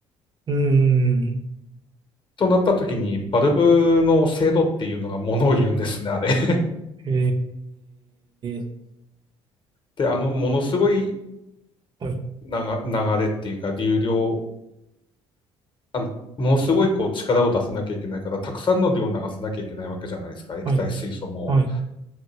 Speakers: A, on the right (about 40°); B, on the left (about 40°).
A: うん、
B: となった時に、バルブの精度っていうのがものを言うんですね、あれ。<laughs>
A: えー、
B: で、あの、ものすごい
A: はい、
B: 流流れっていうか、流量、あのものすごいこう力を出さなきゃいけないから、たくさんの量を流さなきゃいけないわけじゃないですか、液体水素も。
A: はい、はい、